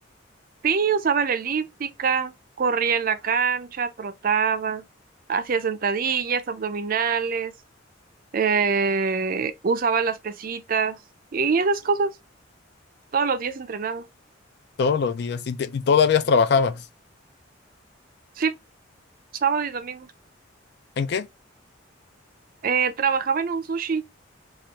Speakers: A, on the right (about 45°); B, on the left (about 55°).
A: sí, usaba la elíptica, corría en la cancha, trotaba, hacía sentadillas, abdominales, eh, usaba las pesitas y esas cosas. Todos los días entrenaba.
B: Todos los días. ¿Y, te- y todavía trabajabas?
A: Sí, sábado y domingo.
B: ¿En qué?
A: Eh, trabajaba en un sushi